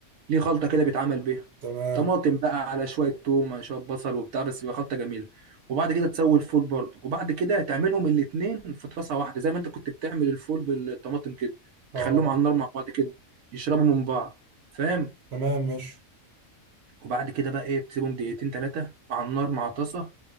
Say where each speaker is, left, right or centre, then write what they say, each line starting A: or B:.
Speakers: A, on the right; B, on the right.
A: ليه خلطة كده بيتعمل بيها
B: تمام
A: طماطم بقى على شوية توم شوية بصل وبتاع بس بيبقى خلطة جميلة وبعد كده تسوي الفول برضه وبعد كده تعملهم الاتنين في طاسة واحدة زي ما انت كنت بتعمل الفول بالطماطم كده
B: اه
A: تخليهم على النار مع بعض كده يشربوا من بعض فاهم
B: تمام ماشي
A: وبعد كده بقى ايه بتسيبهم دقيقتين تلاتة مع النار مع طاسة